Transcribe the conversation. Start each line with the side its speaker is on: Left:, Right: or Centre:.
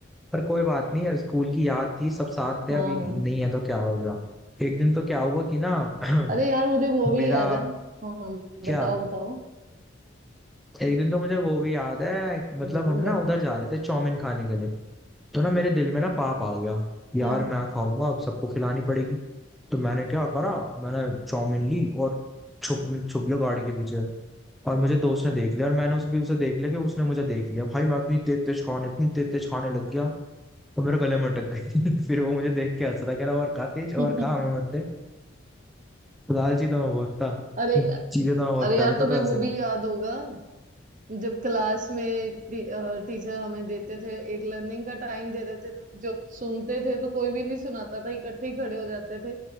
Centre: पर कोई बात नहीं स्कूल की याद थी सब साथ थे
Right: हाँ
Centre: अभी नहीं है तो क्या होगा एक दिन तो क्या हुआ कि ना <clears throat>
Right: अरे यार मुझे वो
Centre: मेरा
Right: भी याद है हाँ हाँ
Centre: क्या
Right: बताओ बताओ
Centre: एक दिन तो मुझे वो भी याद है मतलब
Right: जो तुम
Centre: हम ना
Right: बता
Centre: उधर जा रहे थे चाउमीन खाने के लिए तो ना मेरे दिल में ना पाप आ गया यार
Right: हाँ
Centre: मैं खाऊंगा अब सबको खिलानी पड़ेगी तो मैंने क्या करा मैंने चाउमीन ली और छुप छुप गया गाड़ी के पीछे और मुझे दोस्त ने देख लिया और मैंने उस भी उसे देख लिया कि उसने मुझे देख लिया भाई मैं इतनी तेज तेज खाने इतनी तेज तेज खाने लग गया तो मेरे गले में अटक गई <laughs> फिर वो मुझे देख के हंस रहा कह रहा और खा तेज और
Right: <laughs>
Centre: खा हमें मत दे तो लालची तो मैं बहुत था
Right: अरे
Centre: चीजें तो मैं बहुत
Right: अरे
Centre: खा
Right: यार
Centre: लेता
Right: तुम्हें
Centre: था ऐसे
Right: वो भी याद होगा जब क्लास में टी, अ, टीचर हमें देते थे एक लर्निंग का टाइम दे देते थे तो जब सुनते थे तो कोई भी नहीं सुनाता था इकट्ठे ही खड़े हो जाते थे